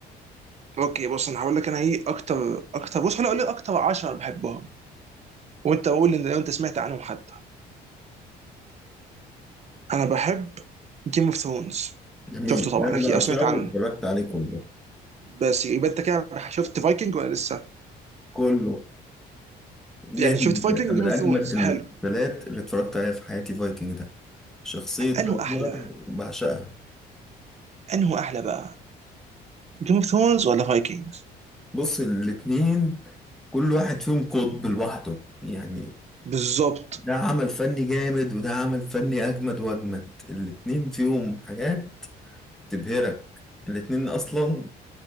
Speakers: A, on the right (about 40°); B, in the centre.
A: اوكي بص انا هقول لك انا ايه اكتر اكتر بص انا اقول لك اكتر 10 بحبهم وانت قول ان لو انت سمعت عنهم حتى انا بحب جيم اوف ثرونز
B: جميل
A: شفته طبعا
B: ده انا
A: اكيد
B: بعشقه
A: او سمعت عنه
B: واتفرجت عليه كله
A: بس يبقى انت كده شفت فايكنج ولا لسه
B: كله جامد
A: يعني شفت فايكنج
B: من
A: وجيم
B: من
A: اوف
B: اجمد
A: ثرونز
B: المسلسلات
A: حلو
B: اللي اتفرجت عليها في حياتي فايكنج ده شخصيه
A: انه
B: راجنر
A: احلى
B: بعشقها
A: انه احلى بقى جيم اوف ثرونز ولا فايكنجز
B: بص الاتنين كل واحد فيهم قطب لوحده يعني
A: بالظبط
B: ده عمل فني جامد وده عمل فني أجمد وأجمد الاتنين فيهم حاجات تبهرك الاتنين أصلا